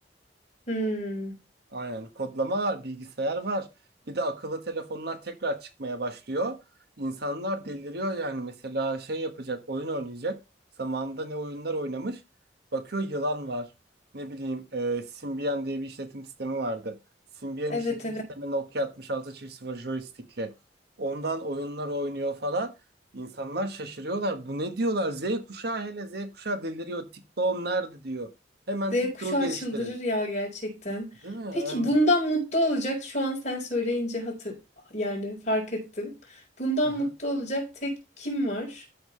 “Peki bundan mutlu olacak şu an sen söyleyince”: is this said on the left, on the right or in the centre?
Left